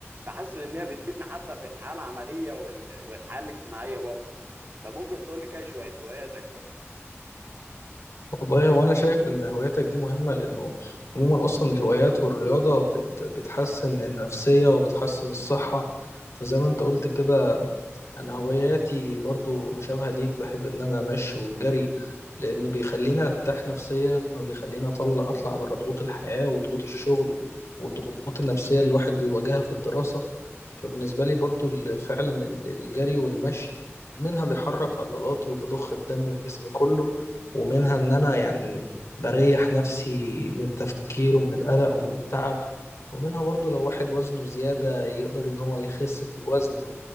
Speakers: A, on the right; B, on the left.
A: فحاسس ان هي بتفيدني حتى في الحياه العمليه وال- والحياه الاجتماعيه برضه فممكن تقول لي كده شويه هواياتك برضه
B: والله وانا شايف ان هواياتك دي مهمة لانه عموما اصلا الهوايات والرياضة بت بتحسن النفسية وبتحسن الصحة فزي ما انت قلت كده انا هواياتي برضو مشابهة ليك بحب ان انا امشي والجري لانه بيخليني ارتاح نفسيا وبيخليني اطلع اطلع بره ضغوط الحياة وضغوط الشغل والضغوط النفسية اللي الواحد بيواجهها في الدراسة فبالنسبة لي برضو ال- فعلا ال- الجري والمشي منها بيحرك عضلاتي وبضخ الدم في جسمي كله ومنها ان انا يعني بريح نفسي من التفكير ومن القلق ومن التعب ومنها برضو لو واحد وزنه زيادة يقدر ان هو يخس في الوزن